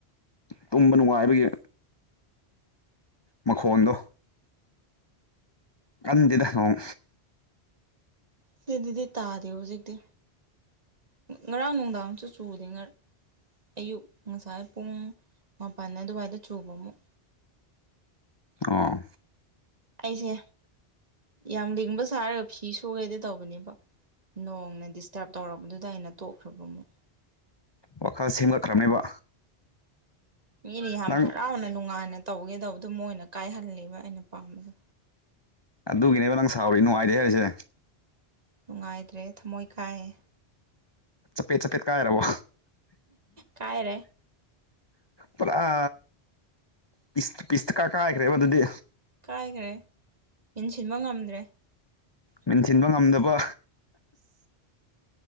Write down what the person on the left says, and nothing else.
ꯇꯨꯝꯕ ꯅꯨꯡꯉꯥꯏꯕꯒꯤ ꯃꯈꯣꯟꯗꯣ ꯀꯟꯗꯤꯗꯝ
ꯑꯣ
ꯋꯥꯈꯜ ꯁꯦꯝꯒꯠꯈ꯭ꯔꯕꯅꯦꯕ
ꯅꯪ
ꯑꯗꯨꯒꯤꯅꯦꯕ ꯅꯪ ꯁꯥꯎꯔꯤ ꯅꯨꯡꯉꯥꯏꯇꯦ ꯍꯥꯏꯔꯤꯁꯦ
ꯆꯄꯦꯠ ꯆꯄꯦꯠ ꯀꯥꯏꯔꯔꯕꯣ
ꯄꯨꯔ ꯑ ꯄꯤꯁ ꯄꯤꯁꯇ ꯀꯥ ꯀꯥꯏꯈ꯭ꯔꯦꯕ ꯑꯗꯨꯗꯤ
ꯃꯤꯦꯟꯁꯤꯤꯟꯕ ꯉꯝꯗꯕ